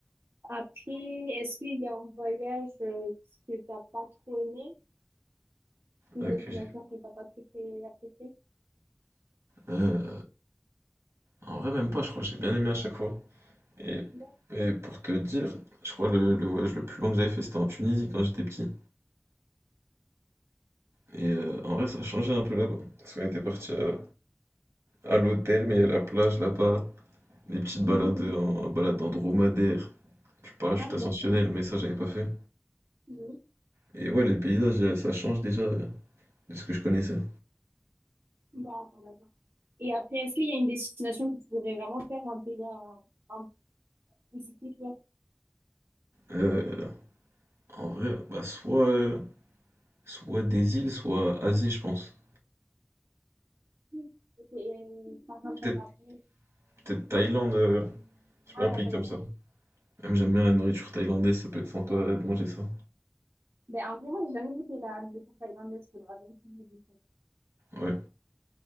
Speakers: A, on the right; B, on the right.
A: Après, est-ce qu'il y a un voyage euh, que t'as pas trop aimé? Une
B: euh,
A: destination
B: que j'ai.
A: que t'as pas trop fait- appréciée?
B: euh, en vrai, même pas, je crois. J'ai bien aimé à chaque fois. Et,
A: D'accord.
B: et pour te dire, je crois le, le voyage le plus long que j'avais fait, c'était en Tunisie quand j'étais petit. Et euh, en vrai, ça a changé un peu là-bas. Parce qu'on était parti à, à l'hôtel, mais il y a la plage là-bas. Des petites balades
A: Mhm.
B: en balade en dromadaire, du parachute
A: Ah oui,
B: ascensionnel,
A: d'accord.
B: mais ça j'avais pas fait.
A: Oui.
B: Et ouais, les paysages, euh, ça change déjà euh, de ce que je connaissais.
A: D'accord, d'accord. Et après, est-ce qu'il y a une destination que tu voudrais vraiment faire un pays en, en spécifique, là?
B: Euh, en vrai, bah soit, euh, soit des îles, soit Asie, je pense.
A: Mm. Ok, euh, par exemple, Singapour.
B: Peut-être peut-être Thaïlande, euh, je sais
A: Ah,
B: pas, un pays
A: la Thaïlande.
B: comme ça. Même j'aime bien la nourriture thaïlandaise, ça peut être sympa euh, de manger ça.
A: Ben, en vrai, moi, j'ai jamais goûté la nourriture thaïlandaise. Faudra bien que je me dise.
B: Ouais.